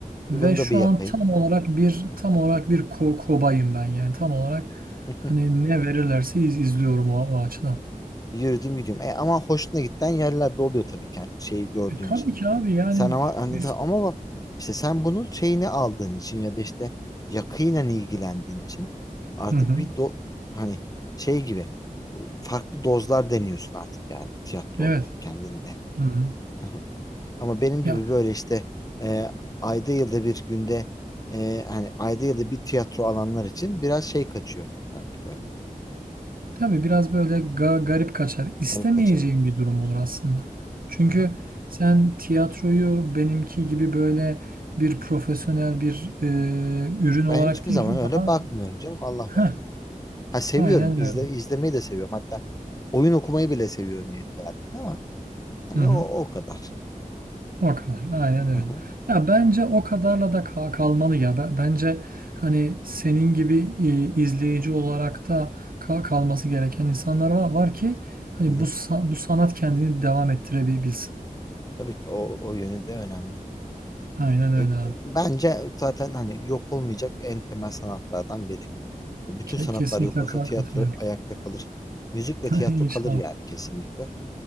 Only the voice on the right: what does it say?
Ve
şu
an tam olarak bir tam olarak bir ko kobayım ben yani tam olarak
hani ne verirlerse iz- izliyorum o, o açıdan.
E, tabii
ki abi yani
biz
hı hı,
evet.
Hı hı.
Ya
Tabii biraz böyle ga- garip kaçar. İstemeyeceğim
bir durum olur aslında. Çünkü
sen tiyatroyu benimki gibi böyle bir profesyonel bir e, ürün olarak
değil
daha
Heh,
aynen
öyle.
Hı hı.
O kadar. Aynen öyle.
Ya bence o kadarla da kal- kalmalı ya. Ben- Bence hani senin gibi e, izleyici olarak da kal- kalması gereken insanlar var, var ki hani
bu sa- bu sanat kendini devam ettirebilsin.
Aynen öyle
abi.
Ke-
Kesinlikle
haklı
katılıyorum.
<laughs>
İnşallah.